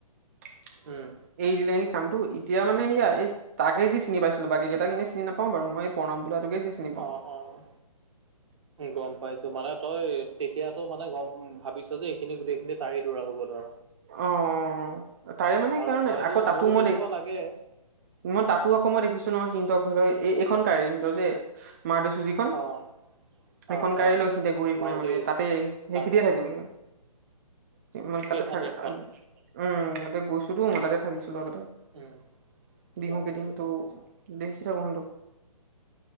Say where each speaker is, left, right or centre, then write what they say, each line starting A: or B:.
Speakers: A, on the right (about 25°); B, on the right (about 50°).
A: এৰি
B: উম,
A: দিলে নেকি? কামটো এতিয়া মানে ইয়া, এই তাকে যি চিনি পাইছিলো বাকী কেইটা কিনে চিনি নাপাও বাৰু মই প্ৰণম বোলা <unintelligible> চিনি পাওঁ।
B: অ', অ'। গম পাইছো, মানে তই তেতিয়াটো মানে গম ভাবিছ যে, এইখিনি গোটেইখিনি তাৰেই ল'ৰা হ'ব ধৰ।
A: অ অ তাৰে মানে
B: আৰু
A: কাৰণ
B: হয়তো
A: আকৌ তাতো
B: মোৰো
A: মই
B: তেনেকুৱা
A: দে
B: লাগে।
A: মই তাতো আকৌ মই দেখিছো নহয়, সিহঁনতৰ ধৰি লও এই এইখন কাৰ সিহঁনতৰ যে <unintelligible> যিখন,
B: অ',
A: সেইখন
B: অ',
A: গাড়ী
B: অ'।
A: লৈ সিহনতে ঘূৰি ফুৰে
B: মাৰুতি
A: মানে তাতে সেইখিনিতে
B: কাৰখন
A: থাকে
B: উম,
A: মানে, মানে তাতে
B: এইট হাণ্ড্ৰেডখন
A: থাক উম, তাতে গৈছোতো মই তাতে থাকিছো। আগতে,
B: উম।
A: বিহুকেইদিন
B: গম পাইছোঁ, গম
A: তো
B: পাইছোঁ।
A: দেখি থাকো সিহঁনতক।